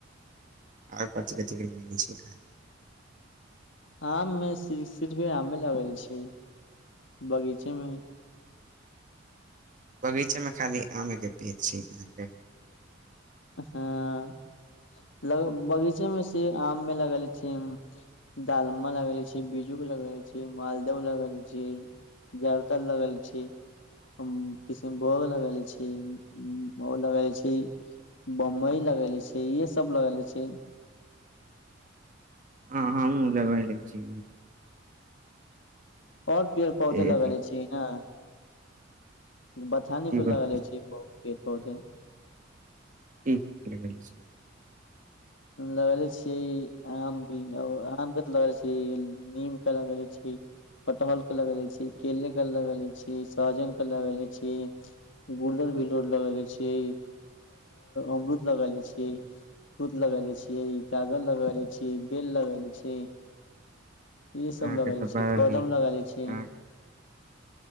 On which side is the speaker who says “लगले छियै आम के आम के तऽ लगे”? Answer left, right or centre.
Left